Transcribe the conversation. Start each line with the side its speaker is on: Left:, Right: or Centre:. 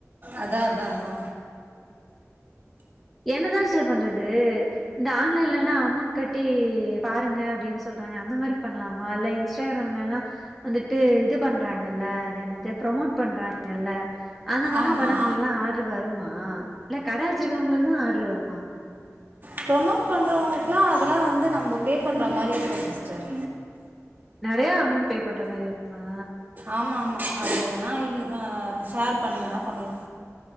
Right: அதா அதா அதா
Centre: என்னதா ஸ்டர் பண்றது இந்த ஆன்லைன்ல எல்லா அமௌண்ட் கட்டி பாருங்க அப்டின்னு சொல்றாங்க அந்த மாதிரி பண்ணலாமா இல்ல இன்ஸ்டாகிராம்ல எல்லா வந்துட்டு இது பண்றாங்கல்ல அது என்னது ப்ரமோட் பண்றாங்கல்ல அந்த மாரி எல்லா
Right: ஆமா
Centre: பண்ணா நம்மளுக்கெலா ஆட்ரு வருமா ஆ இல்ல கட வச்சிருக்கவுங்களுக் கு ஆட்ரு வருமா
Right: ப்ரமோட் பண்றவங்களுக்கெலா அதெல்லா வந்து நம்ம பேப்பண்ற மாரி இருக்கு சிஸ்டர்
Centre: நெறையா அமௌண்ட் பே பண்ற மாரி வருமா?
Right: ஆமா ஆமா அது வேணா இங்க ஷேர் பண்ணி வேணா பண்ணலா